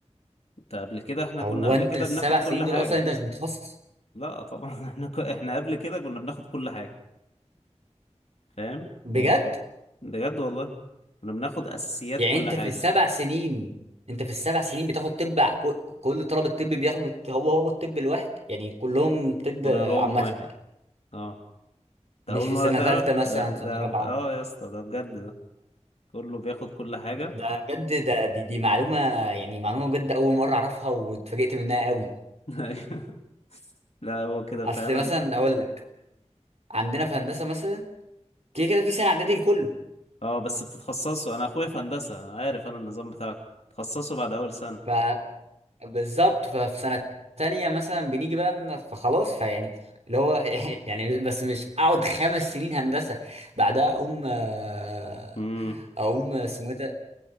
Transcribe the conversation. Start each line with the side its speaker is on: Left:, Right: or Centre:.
Left: انت قبل كده احنا
Right: هو
Left: كنا قبل
Right: انت
Left: كده
Right: السبع
Left: بناخد كل
Right: سنين
Left: حاجة
Right: دول اصلا انت مش متخصص
Left: لا طبعا <laughs> احنا ك... احنا قبل كده كنا بناخد كل حاجة فاهم
Right: بجد
Left: يعني كن... بجد والله كنا بناخد أساسيات
Right: يعني
Left: كل
Right: انت
Left: حاجة
Right: في السبع سنين انت في السبع سنين بتاخد طب ع- ك- كل طلبه الطب بياخدوا هو هو الطب الواحد يعني كلهم طب
Left: كلهم
Right: عامه
Left: واحد اه ده
Right: مش
Left: أول
Right: في
Left: مرة
Right: سنه
Left: تعرف
Right: ثالثه مثلا
Left: ده
Right: سنه
Left: ده
Right: رابعه
Left: اه يا اسطى ده بجد ده كله بياخد كل حاجة
Right: ده ده بجد ده دي, دي معلومه يعني معلومه بجد اول مره اعرفها واتفاجئت منها قوي
Left: <laughs> لا هو كده
Right: اصل
Left: فعلا
Right: مثلا اقول لك عندنا في هندسه مثلا كده كده في سنه اعدادي لكله
Left: اه بس بتتخصصوا انا اخويا في هندسة انا عارف انا النظام بتاعكم بتتخصصوا بعد اول سنة
Right: ب- فبالظبط ففي سنه تانية مثلا بنيجي بقى إن- فخلاص فيعني اللي هو <laughs> يعني بس مش اقعد خمس سنين هندسه بعدها اقوم آه،
Left: امم
Right: اقوم اسمه إيه ده